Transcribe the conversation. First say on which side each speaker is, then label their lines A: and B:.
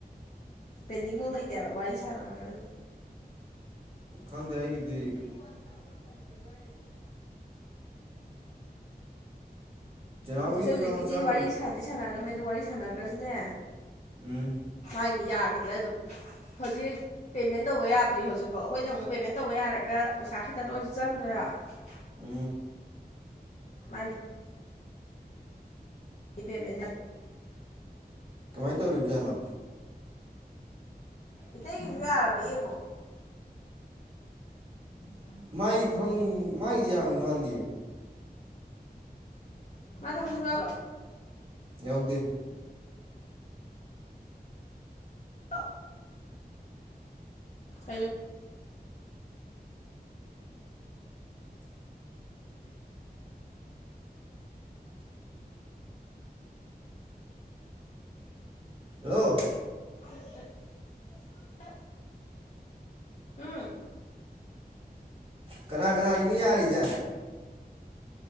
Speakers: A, on the left (about 45°); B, on the right (about 35°).
A: ꯄꯦꯟꯗꯤꯡꯐꯧ ꯂꯩꯇꯦꯅ ꯋꯥꯔꯤ ꯁꯥꯟꯅꯔꯒꯁꯨ
B: ꯈꯪꯗꯦ ꯍꯥꯏꯒꯗꯤ
A: ꯋꯥꯟ ꯁꯥꯡ ꯈ ꯊ ꯂꯒꯦꯥꯏ
B: ꯆꯦꯅꯥꯎꯒꯤꯁꯨ
A: ꯆꯤꯆꯧꯕꯕꯤꯒꯤꯗꯤ
B: ꯆꯪꯉ ꯆꯪꯉꯛ
A: ꯋꯥꯔꯤ ꯁꯥꯟꯅꯗꯤ ꯁꯥꯟꯅꯈ꯭ꯔꯃꯦ ꯑꯗꯨ ꯋꯥꯔꯤ ꯁꯥꯟꯅꯈ꯭ꯔꯁꯨꯅꯦ
B: ꯎꯝ
A: ꯍꯥꯏꯗꯤ ꯌꯥꯈꯤꯗ꯭ꯔꯥ ꯑꯗꯨꯝ ꯍꯧꯖꯤꯛ ꯄꯦꯃꯦꯟ ꯇꯧꯕ ꯌꯥꯗ꯭ꯔꯤ ꯍꯧꯖꯤꯛꯐꯥꯎ ꯑꯩꯈꯣꯏꯗꯤ ꯑꯃꯨꯛ ꯄꯦꯃꯦꯟ ꯇꯧꯕ ꯌꯥꯔꯒ ꯄꯩꯁꯥ ꯈꯛꯇꯪ ꯂꯔꯁꯨ ꯆꯪꯗ꯭ꯔꯥ ꯀꯠꯇꯇꯥ
B: ꯎꯝ
A: ꯃꯥꯥꯏꯗꯤ ꯂꯩ ꯄꯦ ꯃ
B: ꯀꯃꯥꯏꯅ ꯇꯧꯔꯤꯕ ꯖꯥꯠꯅꯣ
A: ꯏꯇꯩꯒꯤꯁꯨ ꯌꯥꯔꯕ ꯌꯦꯡꯉꯣ ꯎꯝ
B: ꯃꯥꯒꯤ ꯈ ꯃꯥꯒꯤꯗꯤ ꯌꯥꯡꯗ ꯃꯥꯟꯗꯌꯦ
A: ꯃꯥꯊ ꯃꯁ ꯌꯥꯎꯔꯣ
B: ꯌꯥꯎꯗꯦ
A: ꯑꯣ ꯀꯩ
B: ꯍꯜꯂꯣ
A: <inaudible> ꯎꯝ
B: ꯀꯅꯥ ꯀꯅꯥ ꯀꯅꯤ ꯍꯥꯏꯔꯤꯁꯦ